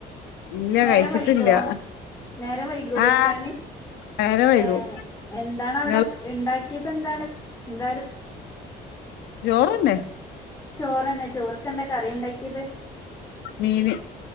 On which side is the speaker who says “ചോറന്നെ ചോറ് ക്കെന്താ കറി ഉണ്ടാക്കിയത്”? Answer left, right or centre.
Left